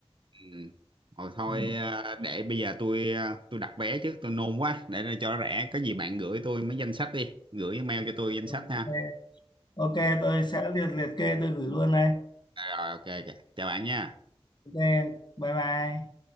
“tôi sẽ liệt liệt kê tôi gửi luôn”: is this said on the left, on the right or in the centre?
Left